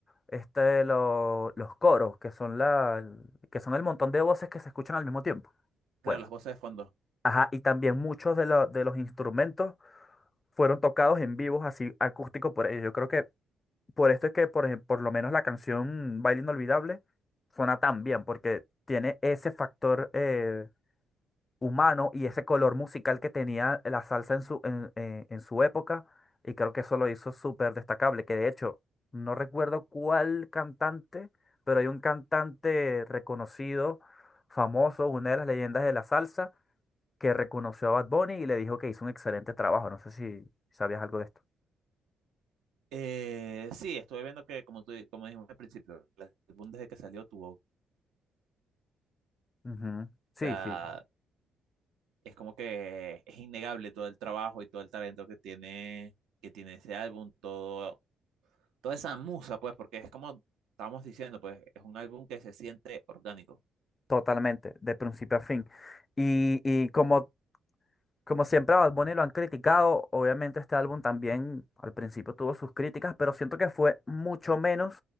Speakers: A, on the left; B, on the right.
A: este, lo- los coros, que son la, que son el montón de voces que se escuchan al mismo tiempo.
B: Claro,
A: Bueno.
B: las voces de fondo.
A: Ajá, y también muchos de, lo- de los instrumentos fueron tocados en vivos, así acústico por ellos. Yo creo que por esto es que, por, ejem- por lo menos la canción Baile Inolvidable suena tan bien, porque tiene ese factor eh, humano y ese color musical que tenía la salsa en su, en, en- en su época, y creo que eso lo hizo súper destacable, que de hecho, no recuerdo cuál cantante, pero hay un cantante reconocido, famoso, una de las leyendas de la salsa que reconoció a Bad Bunny y le dijo que hizo un excelente trabajo. No sé si sabías algo de esto.
B: Eh, sí, estuve viendo que, como tú, como dijimos al principio, el álbum desde que salió tuvo, o
A: Ujú. Sí,
B: sea,
A: sí,
B: es como que es innegable todo el trabajo y todo el talento que tiene, que tiene ese álbum, todo, toda esa musa, pues, porque es como estábamos diciendo, pues, es un álbum que se siente orgánico.
A: totalmente, de principio a fin. Y, y como Como siempre a Bad Bunny lo han criticado, obviamente este álbum también al principio tuvo sus críticas, pero siento que fue mucho menos